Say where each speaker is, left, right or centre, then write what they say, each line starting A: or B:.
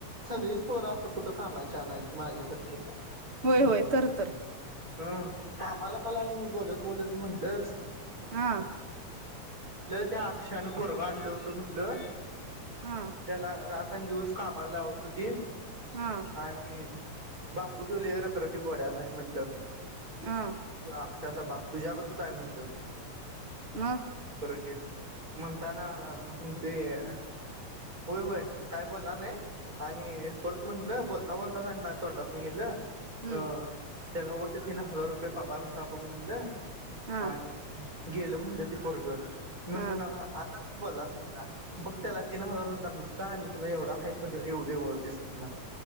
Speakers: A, on the right; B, on the right.
A: सगळीच पोर आस कुठ कामाची आणायची माझ्यासारखी
B: होय होय तर तर
A: हं मामाला काल आणि मी बोलत बोलत म्हणलच
B: हा
A: त्या अक्षानं पोरगं आणलं होत म्हटलं
B: हा
A: त्याला रात आणि दिवस कामाला लावत होती
B: हा
A: आणि बापू तो लय रखरख ती बोड्याच हाय म्हटलं
B: हा
A: अक्षाचा बाप तुझ्यावर चा हाय म्हणलं
B: मग
A: परत तेच म्हणताना म्हणतोय होय होय काय बोलला नाही आणि परत म्हटलं बोलता बोलता आणि माझ्या तोंडात न गेलं.
B: हम्म
A: ह तेला वाटल तिन हजार ते पगार आता बघ म्हणलं
B: हा
A: आणि गेलं म्हणलं ते पोरग नंतर
B: हा
A: आताच बोललासं म्हणता बग त्याला तीन हजार नुसत आणि तुला एवढा आहे तर एवढे म्हणला